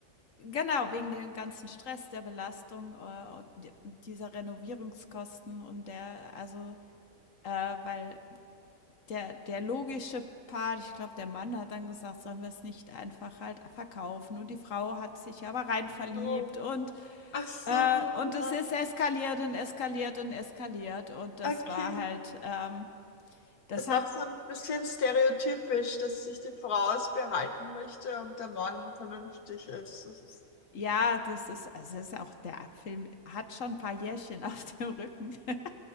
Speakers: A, on the left; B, on the left.
A: genau, wegen dem ganzen Stress, der Belastung, äh, und d dieser Renovierungskosten und der also, äh, weil der der logische Part ich glaube, der Mann hat dann gesagt: „Sollen wir es nicht einfach halt verkaufen?“ Und die Frau hat sich aber rein verliebt
B: So.
A: und
B: Ach so.
A: Äh, und es
B: Ja.
A: ist eskaliert und eskaliert und eskaliert. Und das
B: Okay.
A: war halt, ähm, das
B: ist
A: hat,
B: auch so ein bisschen stereotypisch, dass sich die Frau es behalten möchte und der Mann vernünftig ist. Das ist
A: ja, das ist, also es ist auch, der Film hat schon ein paar Jährchen <laughs> auf dem Rücken. <laughs>